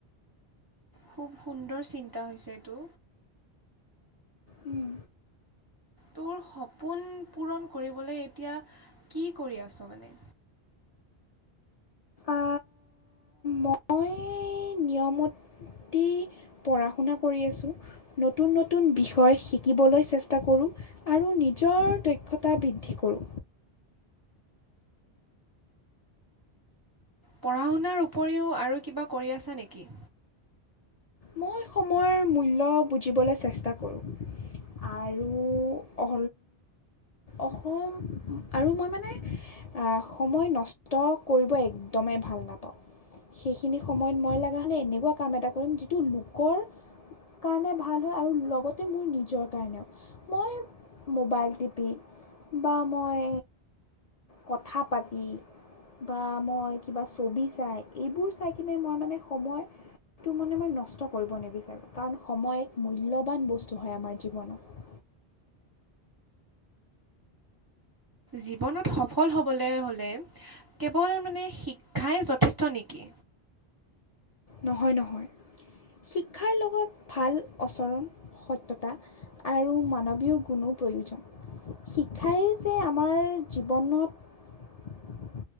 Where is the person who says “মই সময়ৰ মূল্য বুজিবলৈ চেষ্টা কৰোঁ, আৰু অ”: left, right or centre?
Left